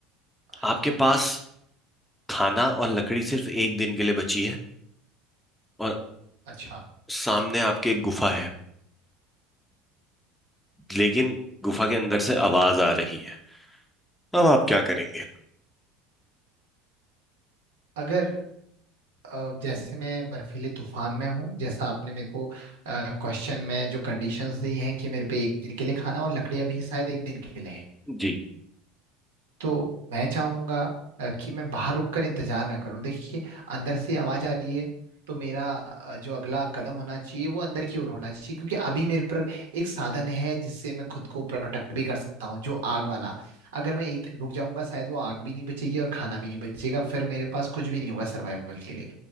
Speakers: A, on the right; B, in the centre.
A: हाँ
B: आपके पास खाना और लकड़ी सिर्फ एक दिन के लिए बची है और
A: अच्छा
B: सामने आपके एक गुफा है लेकिन गुफा के अंदर से आवाज आ रही है अब आप क्या करेंगे
A: अगर अ, जैसे मैं बर्फीले तूफान में हूँ जैसा आपने मेरे को क्वेश्चन में जो कंडीशंस दी हैं कि मेरे पे एक दिन के लिए खाना और लकड़ियां भी शायद एक दिन के लिए
B: जी
A: तो मैं चाहूंगा अ, कि मैं बाहर रुक कर इंतजार ना करूं देखिए अंदर से आवाज आ रही है तो मेरा अ, जो अगला कदम होना चाहिए वो अंदर की ओर होना चाहिए क्योंकि अभी मेरे पर एक साधन है जिससे मैं खुद को प्रोटेक्ट भी कर सकता हूँ जो आग वाला अगर मैं एक दिन रुक जाऊंगा शायद वो आग भी नहीं बचेगी और खाना भी नहीं बचेगा फिर मेरे पास कुछ भी नहीं होगा सर्वाइवल के लिए